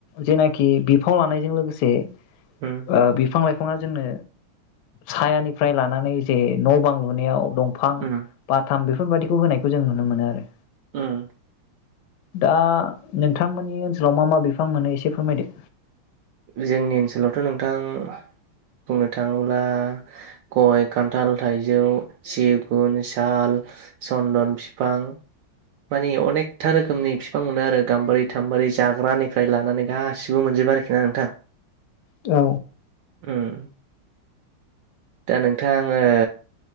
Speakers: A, on the left; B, on the right.
A: जेनाखि बिफाव लानायजों लोगोसे आ
B: उम
A: बिफां लाइफां बिफाङा जोंनो सायानि फ्राय लानानै जे न' बां लुनायाव दंफां
B: उम
A: बाथाम दो बेफोर बायदिखौ होनायखौ जों नुनो मोनो आरो।
B: ओम।
A: दा नोंथां मोननि ओनसोलाव मा मा बि बिफां मोनो एसे फोरमायदो
B: जोंनि ओनसोलावथ' नोंथां बुंनो थाङोब्ला गय खान्थाल थाइजौ सिगुन साल सन्दन फिफां मानि अनेखथा रोखोमनि बिफां मोनो आरो गाम्बारि थाम्बारि जाग्रानिफ्राय लानानै गासिबो मोनजोबो आरोखि ना नोंथां
A: औ
B: उम दा नोंथां ओ